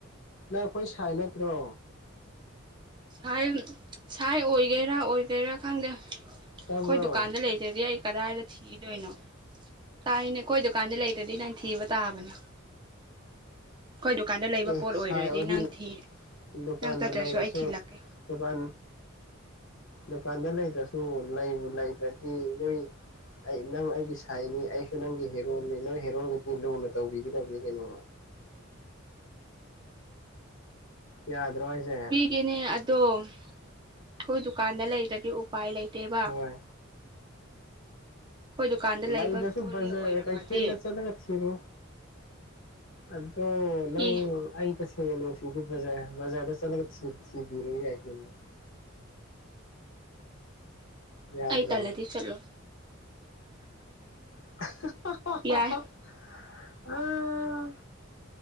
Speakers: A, on the left (about 70°); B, on the right (about 25°).
A: ꯅꯪ ꯑꯈꯣꯏ ꯁꯥꯏ ꯅꯠꯇ꯭ꯔꯣ
B: ꯁꯥꯏ ꯁꯥꯏ ꯑꯣꯏꯒꯦꯔꯥ ꯑꯣꯏꯗ꯭ꯔꯤꯔꯥ ꯈꯪꯗꯦ ꯑꯩꯈꯣꯏ
A: ꯇꯥꯕ꯭ꯔꯣ
B: ꯗꯨꯀꯥꯟꯗ ꯂꯩ ꯗꯤ ꯑꯩ ꯀꯗꯥꯏꯗ ꯊꯤꯗꯣꯏꯅꯣ ꯇꯥꯏꯅꯦ ꯑꯩꯈꯣꯏ ꯗꯨꯀꯥꯟꯗ ꯂꯩꯇ꯭ꯔꯗꯤ ꯅꯪ ꯊꯤꯕ ꯇꯥꯕꯅꯤ ꯑꯩꯈꯣꯏ ꯗꯨꯀꯥꯟꯗ ꯂꯩꯕ
A: ꯑꯦ
B: ꯄꯣꯠ ꯑꯣꯏꯗ꯭ꯔꯗꯤ
A: ꯁꯥꯏ ꯑꯣꯏꯗꯤ
B: ꯅꯪ ꯊꯤ
A: ꯗꯨꯀꯥꯟꯗ
B: ꯅꯪ ꯆꯠꯇ꯭ꯔꯁꯨ
A: ꯂꯩꯔꯁꯨ
B: ꯑꯩ ꯊꯤꯜꯂꯛꯀꯦ
A: ꯗꯨꯀꯥꯟ ꯗꯨꯀꯥꯟꯗ ꯂꯩꯇ꯭ꯔꯁꯨ ꯂꯩꯕꯨ ꯂꯩꯗ꯭ꯔꯗꯤ ꯅꯣꯏ ꯑꯩ ꯅꯪ ꯑꯩꯒꯤ ꯁꯥꯏꯅꯤ ꯑꯩ ꯅꯪꯒꯤ ꯍꯦꯔꯣꯅꯦ ꯅꯣꯢ ꯍꯦꯔꯣꯗꯗꯤ ꯂꯨꯅ ꯇꯧꯕꯤꯒꯗꯕꯅꯦ ꯀꯩꯅꯣ ꯌꯥꯗ꯭ꯔꯣ ꯍꯥꯏꯁꯦ
B: ꯀꯦꯅꯦ ꯑꯗꯣ ꯑꯩꯈꯣꯏ ꯗꯨꯀꯥꯟꯗ ꯂꯩꯇ꯭ꯔꯗꯤ ꯑꯣꯛ ꯄꯥꯏ ꯂꯩꯇꯦꯕ
A: ꯍꯣꯏ
B: ꯑꯩꯈꯣꯏ ꯗꯨꯀꯥꯟꯗ ꯂꯩꯕ
A: ꯂꯩꯇ꯭ꯔꯁꯨ
B: ꯄꯣꯠ
A: ꯕꯖꯥꯔ
B: ꯍꯦꯛ ꯑꯣꯏꯔꯝꯃꯗꯤ
A: ꯀꯩꯊꯦꯟꯗ ꯆꯠꯂꯒ ꯊꯤꯔꯨ ꯑꯗꯣ ꯅꯪ
B: ꯏ
A: ꯑꯩ ꯇꯥꯁ ꯅꯪꯒꯤ ꯂꯣꯐꯤꯗꯤ ꯕꯖꯥꯔ ꯕꯖꯥꯔꯗ ꯆꯠꯂꯒ ꯊ ꯊꯤꯕꯤꯔꯨ ꯌꯥꯏ ꯀꯧꯅꯣ ꯌꯥꯗ꯭ꯔꯣ
B: ꯑꯩ ꯇꯜꯂꯗꯤ ꯆꯠꯂꯣꯢ
A: <unintelligible>
B: ꯌꯥꯏ
A: ꯑꯥ